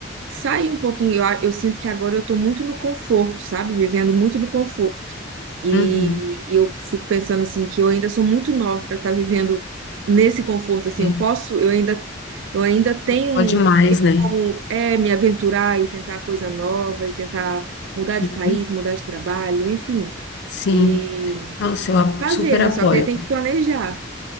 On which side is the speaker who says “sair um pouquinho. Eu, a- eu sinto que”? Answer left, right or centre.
Right